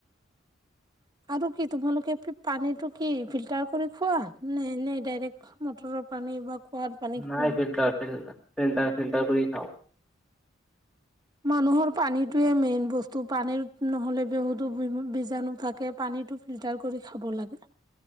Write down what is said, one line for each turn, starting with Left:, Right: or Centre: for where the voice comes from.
Right: আৰু কি তোমালোকে পানীটো কি ফিল্টাৰ কৰি খোৱা নে নে ডাইৰেক্ট মটৰৰ পানী বা কুঁৱাৰ পানী
Centre: নাইছিলতছিলা
Right: খোৱা
Centre: ফিলডা ফিলধা কৰি খাওঁ
Right: মানুহৰ পানীটোৱে মেইন বস্তু পানীৰ নহলে বহুতো বীজাণু থাকে পানীতটো ফিল্টাৰ কৰি খাব লাগে